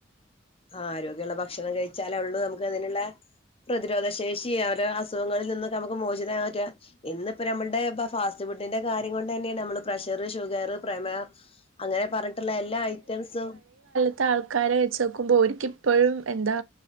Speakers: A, on the left (about 30°); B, on the right (about 85°).
A: ആരോഗ്യള്ള ഭക്ഷണം കഴിച്ചാല ഉള്ളൂ നമുക്കതിന്ള്ള പ്രതിരോധശേഷി ഓരോ അസുഖങ്ങളിൽ നിന്നൊക്കെ നമുക്ക് മോചിതനാവാൻ പറ്റ്യ ഇന്നിപ്പ നമ്മള്ടെ പ ഫാസ്റ്റ് ഫുഡിന്റെ കാര്യം കൊണ്ടന്നെണ് നമ്മള് പ്രഷറ് ഷുഗറ് പ്രമേഹ അങ്ങനെ പർഞ്ഞിട്ടുള്ള എല്ലാ ഐറ്റംസും
B: ത്തെ ആൾക്കാരെ വെച്ചോക്കുമ്പോ ഓര്ക്കിപ്പഴും എന്താ